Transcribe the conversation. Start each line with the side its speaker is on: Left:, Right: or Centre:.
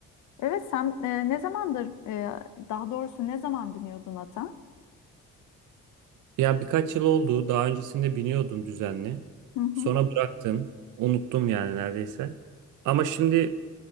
Left: Evet sen e, ne zamandır e, daha doğrusu ne zaman biniyordun ata?
Right: Ya birkaç yıl oldu. Daha öncesinde biniyordum düzenli.
Left: Hı hı.
Right: Sonra bıraktım. Unuttum yani neredeyse. Ama şimdi